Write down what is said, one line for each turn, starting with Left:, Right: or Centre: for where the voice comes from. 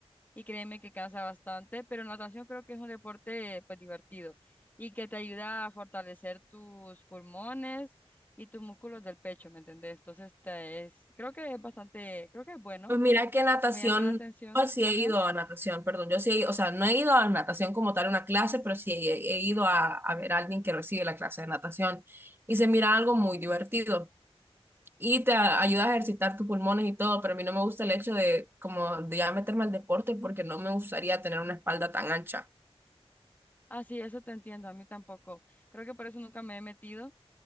Left: y créeme que cansa bastante, pero natación creo que es un deporte pues divertido y que te ayuda a fortalecer tus pulmones y tus músculos del pecho, ¿me entendés? Entonces te es, creo que es bastante, creo que es bueno,
Right: Pues mira que natación,
Left: me llama la atención,
Right: yo sí he
Left: ajá.
Right: ido a natación, perdón, yo sí he ido, o sea, no he ido a natación como tal una clase, pero sí he, he ido a, a ver a alguien que recibe la clase de natación y se mira algo muy divertido. y te a- ayuda a ejercitar tus pulmones y todo, pero a mí no me gusta el hecho de como de ya meterme al deporte porque no me gustaría tener una espalda tan ancha.
Left: Ah, sí, eso te entiendo, a mí tampoco. Creo que por eso nunca me he metido